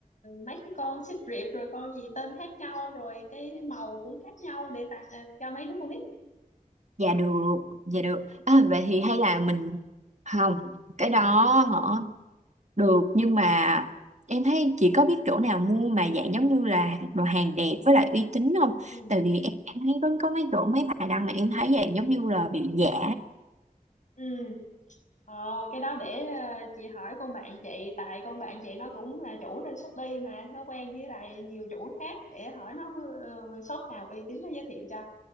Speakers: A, on the left; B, on the right.
A: mấy cái con xích riệp rồi con gì tên khác nhau rồi cái màu cũng khác nhau để tặng ờ, cho mấy đứa con nít
B: dạ được dạ được à, vậy thì hay là mình không cái đó hả Được nhưng mà em thấy chị có biết chỗ nào mua mà dạng giống như là đồ hàng đẹp với lại uy tín không?
A: ừ
B: Tại vì em, em thấy có, có mấy chỗ mấy bài đăng mà em thấy dạng giống như là bị giả
A: ừ Ờ, cái đó để ờ, chị hỏi con bạn chị tại con bạn chị nó cũng là chủ trên Shopee mà nó quen với lại nhiều chủ khác để hỏi nó ờ, shop nào uy tín nó giới thiệu cho